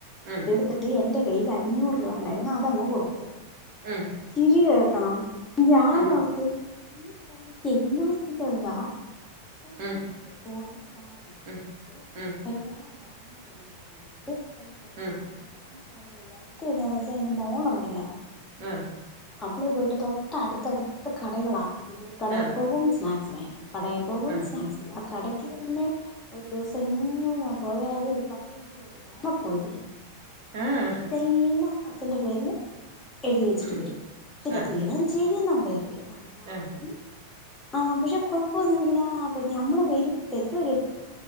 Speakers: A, on the right (about 50°); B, on the left (about 20°).
A: ഉം
B: എടുത്തിട്ട് എ ന്റെ കയ്യിൽ അഞ്ഞൂറ് രൂപ ഉണ്ടായിരുന്നു അത്ങ്ങ് കൊടുത്തു
A: ഉം
B: ചിരി കേൾക്കണം. ഞാന്
A: ഉം
B: ഓർത്ത് ഈ പുള്ളിക്ക് എന്നാ ത്തിന്റെയാ പുള്ളി
A: ഉം
B: അമ്മക്ക് പോയി സാരി എടുത്ത്
A: ഉം
B: കൊടുത്തു
A: ഉം
B: എല്ലാ- കാര്യണം ചെയ്തു തരുന്നുണ്ട് <inaudible> ശ എ
A: ഉം
B: ഇറക്കി എാന്ന് വച്ചാൽ. മോളുണ്ടല്ലോ
A: ആഹ്
B: അവിടെ പോയിട്ട് തൊട്ട് അടുത്തടുത്ത കടകളാണ് കടയിൽ
A: ആഹ്
B: പോകും സ്നാക്സ് വാങ്ങിക്കും.. കടയിൽ പോകും
A: ആഹ്
B: സ്നാക്സ് കടക്ക് തന്നെ ഒരു ദിവസം എങ്ങെ ഞാൻ പോയാല് ഒരു പത്ത് ഇരുപത് തവണ പോയി വിടി
A: ആഹ്
B: ഇതെല്ലാം അച്ഛന്റെ പേരില് എഴുതി വെച്ചിട്ട്
A: ഉം
B: വരും <unintelligible>
A: ആഹ് ആഹ്
B: ആഹ പക്ഷെ കൊഴപ്പൊന്നുമില്ലപ്പ ഞമ്മള് വരു തേക്ക് വരും